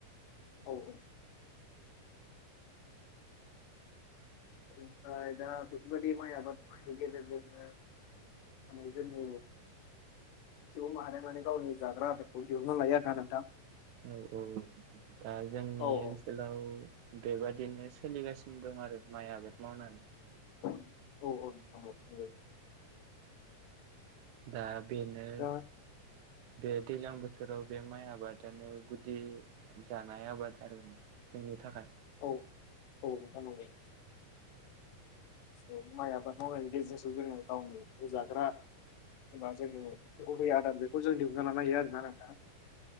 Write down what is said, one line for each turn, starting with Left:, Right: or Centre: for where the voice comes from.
Left: औ औ ओमफ्राय दा बेफोरबादि माय आबादफोरनि गेजेरजोंनो जिबनाव हानायमाने गावनि जाग्रा आदारखौ दिहुनना लायो आरोना नोंथां
Right: औ औ औ दा जोंनि
Left: औ औ
Right: ओनसोलाव बेबादिनो सोलिगासिनो दं आरो माइ आबाद मावनानै
Left: औ औ‌ नोंथां औ <unintelligible>
Right: दा बेनो
Left: दा
Right: बे दैलां बोथोराव बे माइ आबादानो गुदि जानाय आबाद आरोना जोंनि थाखाय
Left: औ औ नोंथां नले माय आबाद मावनायनि गेजेरजोंसो जोङो गावनि जाग्रा एबा जोंनि गुबै आदार बेखौ जों दिहुन्ना लानो हायो आरोना नोंथां